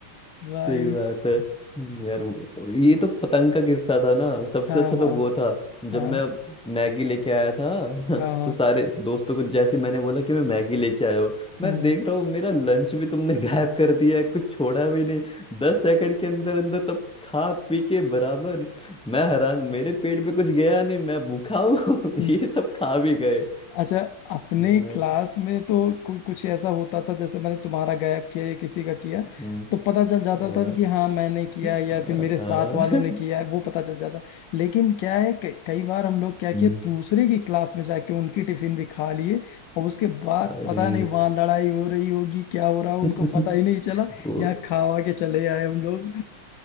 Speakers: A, on the left; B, in the centre.
A: भाई
B: सही बात है हम्म, यार वो- ये तो पतंग का किस्सा था ना सबसे
A: हाँ
B: अच्छा
A: हाँ
B: तो वो था जब
A: हाँ
B: मैं मैगी लेके आया था <laughs>
A: हाँ हाँ
B: तो सारे दोस्तों को जैसे ही मैंने बोला कि मैं मैगी लेके आया हूँ मैं
A: हम्म
B: देख रहा हूँ मेरा लंच भी तुमने <laughs> गायब कर दिया है कुछ छोड़ा भी नहीं दस सेकंड के अंदर अंदर सब खा पी के बराबर मैं हैरान मेरे पेट में कुछ गया नहीं मैं भूखा हूँ <laughs>
A: <laughs>
B: ये सब खा भी गए
A: अच्छा अपने
B: यार
A: क्लास में तो कु, कुछ ऐसा होता था जैसे मैंने तुम्हारा गायब किया या किसी का किया
B: हम्म,
A: तो पता चल जाता
B: हाँ,
A: था कि हाँ मैंने किया
B: हाँ,
A: या फिर मेरे
B: हाँ,
A: साथ वालों
B: <laughs>
A: ने किया है वो पता चल जाता लेकिन क्या है क- कई बार हम लोग क्या
B: हम्म,
A: किया दूसरे की क्लास में जाके उनकी टिफिन भी खा लिए और उसके बाद
B: अरे
A: पता नहीं वहाँ लड़ाई हो रही होगी क्या हो रहा हो
B: <laughs>
A: उनको पता ही नहीं चला
B: वो
A: यहाँ खावा के चले आए हम लोग <laughs>